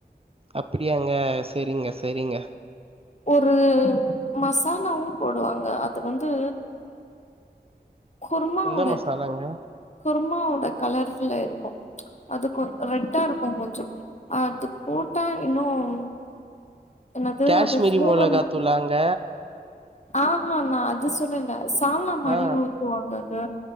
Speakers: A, on the right; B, on the left.
A: அப்டியாங்க செரிங்க செரிங்க
B: ஒரு மசாலாவும் போடுவாங்க அது வந்து குருமா
A: எந்த
B: ஓட
A: மசாலாங்க
B: குர்மாவோட கலர்ல இருக்கோ அதுக்கு ரெட்டா இருக்கோ கொஞ்சோ அது போட்டா இன்னும் என்னது
A: காஷ்மீரி
B: அது ஃப்ளேவர்
A: மொளகாத்தூளாங்க
B: மா ஆஹா நா அது சொல்லல சால்னா மாரி
A: ஆ
B: ஊத்துவாங்கங்க